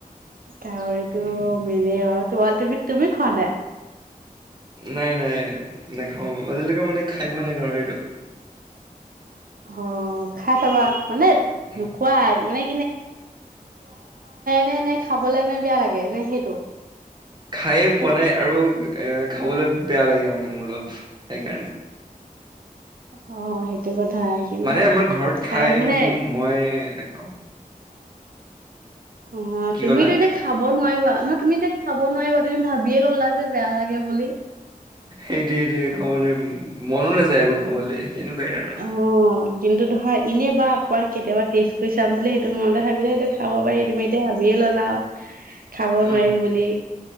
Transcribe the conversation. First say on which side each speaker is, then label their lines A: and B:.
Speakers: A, on the right (about 75°); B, on the right (about 30°).
A: গাহৰিটো
B: উম,
A: <unintelligible> তুমি তুমি খোৱা নে
B: নাই নাই নেখাওঁ আজিলৈকে মানে খাই পোৱা নাই গাহৰিটো
A: অ খাই চাবা <unintelligible>
B: উম।
A: পোৱা নাই নে নে খাবলে নে বেয়া লাগে নে সেইটো
B: খায়ে পোৱা নাই আৰু এ খাবলৈ বেয়া লাগে মানে মোৰ অলপ সেইকাৰণে
A: অ সেইটো কথা কিন্তু
B: মানে আমাৰ ঘৰত
A: খাই
B: খায়
A: মানে
B: কিন্তু মই নেখাওঁ
A: অ
B: কি
A: তুমিতো
B: ক'লা?
A: এতিয়া খাব নোৱাৰিবা ন তুমি এতিয়া খাব নোৱাৰিবা তুমি ভাবিয়ে ল'লা যে বেয়া লাগে বুলি
B: সেইটো সেইটোয়ে খাব নোৱাৰিম মনো নাযায় একো খাবলৈ। তেনেকুৱাই আৰু।
A: অ', কিন্তু দহয়। এনেই বা আকাৰ কেতিয়াবা তেজ। চাম বুলি সেইটো মনতে খাই বোলে সেইটো খাব পাৰি তুমি এতিয়া ভাবিয়ে ল'লা আৰু। খাব নোৱাৰিম
B: অ
A: বুলি